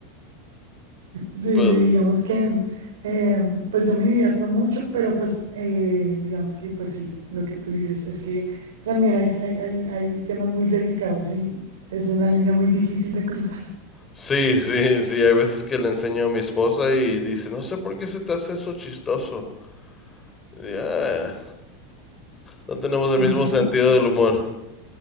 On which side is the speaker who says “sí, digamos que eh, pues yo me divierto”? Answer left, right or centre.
Right